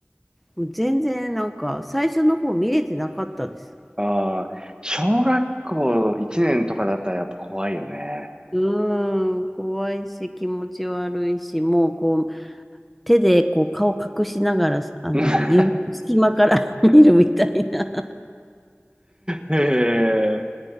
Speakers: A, in the centre; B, on the right (about 20°).
A: もう全然なんか最初の方見れてなかったです。
B: ああ、小学校1年とかだったらやっぱ怖いよね。
A: うーん、怖いし気持ち悪いし、もうこう手でこう顔隠しながら、あの指の隙間から
B: <laughs>
A: <laughs> 見るみたいな、
B: へえ。